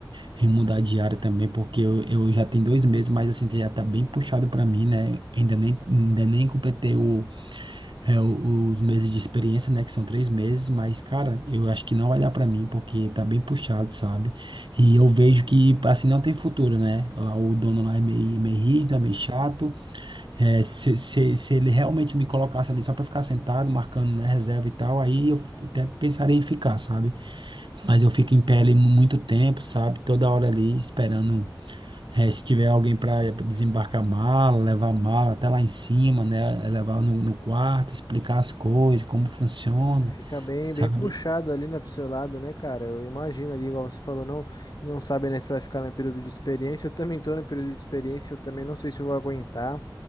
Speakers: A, on the right; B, on the left.
A: em mudar de área também, porque eu, eu já tenho dois meses, mas assim, já tá bem puxado pra mim, né? Ainda nem, ainda nem completei o, é, o- os meses de experiência, né? Que são três meses, mas, cara, eu acho que não vai dar pra mim, porque tá bem puxado, sabe? E eu vejo que, assim, não tem futuro, né? Lá, o dono lá é meio, meio rígido, é meio chato, é, se, se, se ele realmente me colocasse ali só para ficar sentado, marcando, né, reserva e tal, aí eu até pensaria em ficar, sabe? Mas eu fico em pé ali muito tempo, sabe? Toda hora ali esperando, é, se tiver alguém para desembarcar a mala, levar a mala até lá em cima, né? Levar no, no quarto, explicar as coisas, como funciona,
B: Fica bem,
A: sabe?
B: bem puxado ali, né, pro seu lado, né, cara? Eu imagino ali, igual você falou, não, não sabe, né, se vai ficar no período de experiência. Eu também tô no período de experiência, eu também não sei se eu vou aguentar.